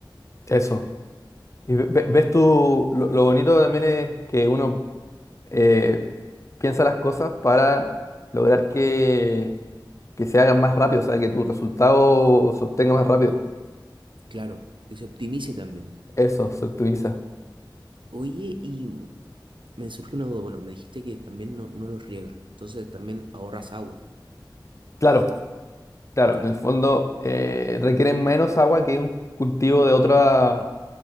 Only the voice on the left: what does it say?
eso. Y ve- ve- ves tú, lo, lo bonito también es que uno eh, piensa las cosas para lograr que que se hagan más rápido, o sea, que tu resultado se obtenga más rápido.
Eso se optimiza.
Claro, claro,
en el fondo eh, requieren menos agua que un cultivo de otra,